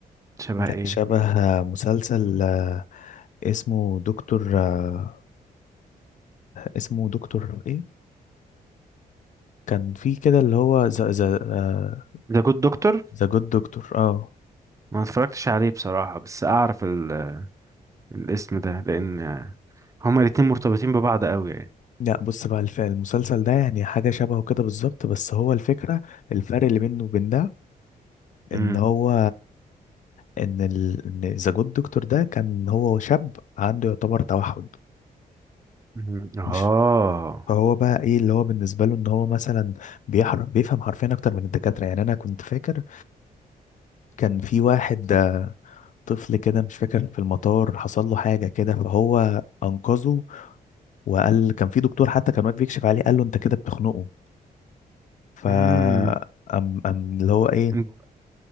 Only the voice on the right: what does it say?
شبه
ايه
ذا جود دكتور
ما اتفرجتش عليه بصراحة بس اعرف ال- الاسم ده لان هما الاتنين مرتبطين ببعض قوي يعني
مم.
مم. اه
امم
انت هو